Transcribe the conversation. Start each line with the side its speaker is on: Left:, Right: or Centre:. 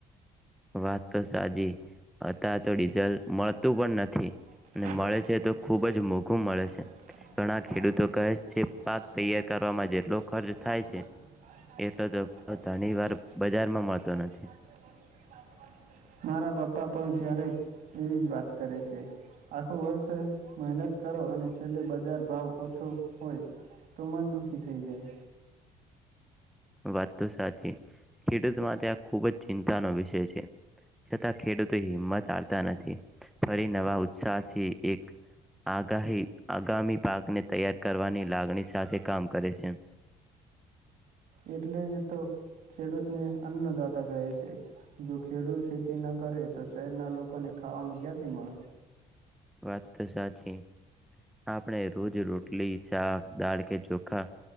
Centre: વાત તો સાચી.
Right: તું
Centre: અત્યારે તો ડીઝલ મળતું પણ
Right: પણ
Centre: નથી. અને મળે છે તો ખૂબ
Right: નથી
Centre: જ મોંઘું મળે છે. ઘણા ખેડૂતો
Right: ખુબ
Centre: કહે છે પાક તૈયાર કરવામાં
Right: જું
Centre: જેટલો ખર્ચ થાય છે
Right: મળે
Centre: એટલો તો ભાવ ઘણી વાર બજારમાં
Right: છે
Centre: મળતો નથી.
Right: મારા બાપ પપ્પા પણ ક્યારેય એવી જ વાત કરે છે આખું વર્ષ મહેનત કરો અને છેલ્લે બજાર ભાવ ઓછો હોય તો મન દુઃખી થઈ જાય.
Centre: વાત તો સાચી ખેડૂત માટે આ ખુબ જ ચિંતાનો વિષય છે. છતાં ખેડૂતો હિંમત નથી ફરી નવા ઉત્સાહથી એક આગાહી આગામી પાકને તૈયાર કરવાની લાગણી સાથે કામ કરે છે.
Right: એટલે જ તો ખેડૂતને અન્નદાતા કહે છે જો ખેડૂત ખેતી ન કરે તો શહેરના લોકોને ખાવાનું ક્યાંથી મળે
Centre: વાત તો સાચી <inaudible> આપણે રોજ રોટલી શાક દાળ કે ચોખા